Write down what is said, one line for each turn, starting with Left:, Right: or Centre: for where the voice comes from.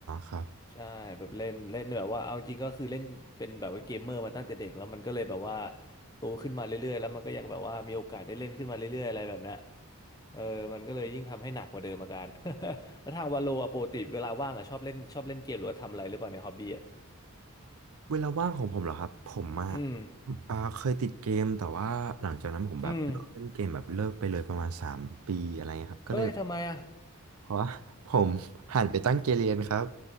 Right: ครับ
Left: ใช่แบบเล่นเล่นแบบว่าเอาจริงก็คือเล่นเป็นแบบว่าเกมเมอร์มาตั้งแต่เด็กแล้วมันก็เลยแบบว่าโตขึ้นมาเรื่อยๆแล้วมันก็ยังแบบว่ามีโอกาสได้เล่นขึ้นมาเรื่อยๆอะไรแบบเนี้ย เออมันก็เลยยิ่งทำให้หนักกว่าเดิมอาการ <laughs> แล้วทางวาโลอะปกติเวลาว่างอะชอบเล่นชอบเล่นเกมหรือว่าทำอะไรหรือเปล่าในฮอบบี้อะ
Right: เวลาว่างของผมเหรอครับผมอะ
Left: อืม
Right: อ่าเคยติดเกมแต่ว่าหลังจากนั้นผมแบบเลกเล่นเกมแบบเลิกไปเลยประมาณสามปีอะไรเงี้ยครับก็เลย
Left: อืมเอ้ยทำไมอะ
Right: เพราะว่า <laughs> ผมหันไปตั้งเกมเรียนครับ